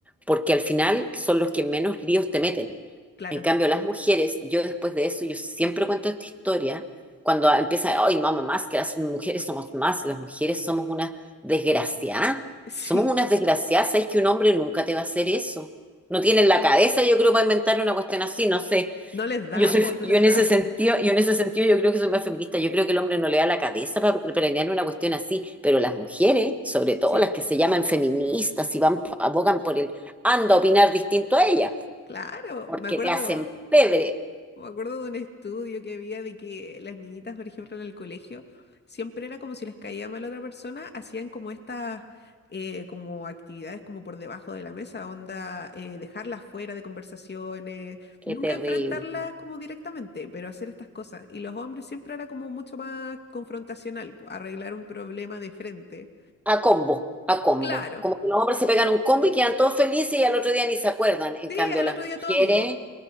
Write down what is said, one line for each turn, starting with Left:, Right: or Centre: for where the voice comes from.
Centre: porque al final son los que menos líos te meten.
Left: Claro,
Centre: En cambio, las mujeres, yo después de eso, yo siempre cuento esta historia, cuando empieza, ay, mamá, más que las mujeres somos más, las mujeres somos una desgraciada
Left: <laughs> sí,
Centre: somos unas desgraciadas, es que un hombre nunca te va a hacer eso. No tienen la cabeza, yo creo, para inventar una cuestión así, no sé.
Left: no les da,
Centre: Yo soy,
Left: pues no
Centre: yo
Left: les
Centre: en
Left: da.
Centre: ese sentido, yo en ese sentido yo creo que soy más feminista. Yo creo que el hombre no le da la cabeza para planear una cuestión así, pero las mujeres, sobre todo
Left: Sí,
Centre: las que se llaman feministas y van abogan por el anda a opinar distinto a ellas,
Left: claro,
Centre: porque
Left: me acuerdo.
Centre: te hacen pebre.
Left: Me acuerdo de un estudio que había de que las niñitas, por ejemplo, en el colegio, siempre era como si les caía mal a otra persona, hacían como estas eh, como actividades como por debajo de la mesa, onda, eh, dejarlas fuera de conversaciones,
Centre: Qué
Left: nunca
Centre: terrible.
Left: enfrentarlas como directamente, pero hacer estas cosas. Y los hombres siempre era como mucho más confrontacional, pu- arreglar un problema de frente.
Centre: A combo, a combo.
Left: Claro,
Centre: Como que los hombres se pegan un combo y quedan todos felices y al otro día ni se acuerdan. En
Left: sí,
Centre: cambio,
Left: al
Centre: las
Left: otro día
Centre: mujeres
Left: todo amigo.